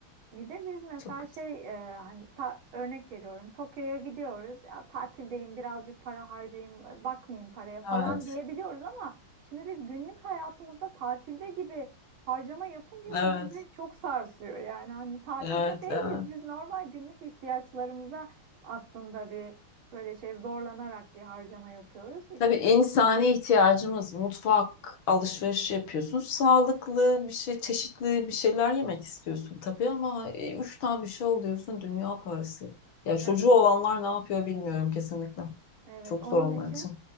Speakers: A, on the right (about 70°); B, on the left (about 65°).
A: Bir de biz mesela
B: Çok kötü.
A: şey e, hani ta- örnek veriyorum Tokyo'ya gidiyoruz ya tatildeyim birazcık para harcayayım bakmayayım paraya falan
B: Evet,
A: diyebiliyoruz ama şimdi biz günlük hayatımızda tatilde gibi harcama yapınca
B: evet,
A: bu bizi çok sarsıyor yani hani tatilde
B: evet,
A: değiliz
B: evet.
A: biz normal günlük ihtiyaçlarımıza aslında bir böyle şey zorlanarak bir harcama yapıyoruz işte
B: Tabii insani ihtiyacımız mutfak, alışveriş yapıyorsun. Sağlıklı bir şey, çeşitli bir şeyler yemek istiyorsun tabii ama e, üç tane bir şey alıyorsun dünya parası. Ya çocuğu
A: evet.
B: olanlar ne yapıyor bilmiyorum kesinlikle.
A: Evet,
B: Çok
A: onun
B: zor onlar
A: için
B: için.